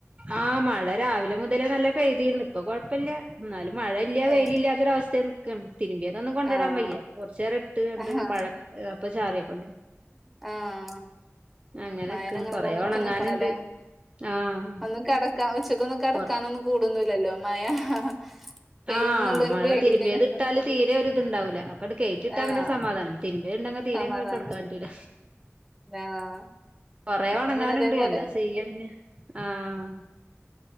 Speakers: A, on the right; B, in the centre.
A: ആഹ് മഴ രാവിലെ മുതലേ നല്ല പെയ്തിര്ന്ന് ഇപ്പൊ കൊഴപ്പെല്ല ഇന്നാലും മഴ ഇല്ല വെയില്
B: ഏഹ്
A: ഇല്ലാത്തൊരുഅവസ്ഥയി നിക്കാണ് തിര്മ്പ്യതൊന്നും കൊണ്ടടാൻ
B: ആഹ്
A: വയ്യ് കൊറച്ചേരം ഇട്ട് കാണ്ട്
B: ആഹ്
A: മഴ പ് ചാറിയപ്പ
B: ആഹ്
A: അങ്ങനെ
B: മഴനെങ്ങനെ
A: നിക്കാണ് കൊറേ
B: നോക്കി
A: ഒണങ്ങാനുണ്ട്
B: നിക്കണംല്ലേ
A: ആഹ്
B: ഒന്ന് കെടക്കാഉച്ചക്കാെന്നു കെടക്കാനൊന്നും
A: കൊറ
B: കൂടാെന്നുല്ലല്ലോ മഴ പെയ്യുന്നുള്ളൊരു
A: ആഹ് മഴ
B: പേടിയില്
A: തിരുമ്പിയത്
B: നിക്കും
A: ട്ടാല് തീരെ ഒരിത്ണ്ടാവുല്ല ഒക്കട് കേറ്റിട്ടാപിന്നെ
B: ആഹ്
A: സമാധാനം തിരിമ്പിയ ഇണ്ടെങ്കി തീരെങ്ങട്
B: സമാധാനം
A: കെടക്കാൻപറ്റൂല
B: ആഹ്
A: കൊറെ ഒണങ്ങാന്ണ്ട്
B: അത് പിന്നെ ഇതേപോലെ
A: എന്താ ചെയ്യ പിന്നെ ആഹ്